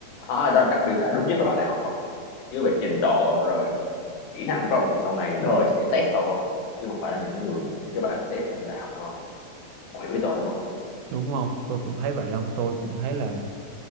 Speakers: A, on the left; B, on the right.
A: đó, đó là cách miêu tả đúng nhất về bạn đại học không chứ về trình độ rồi kỹ năng của ông thì sau này đời sẽ test ông không chứ không phải là những người những cái bài test trong đại học không ông hiểu ý tôi đúng không
B: đúng không tôi cũng thấy vậy không tôi cũng thấy là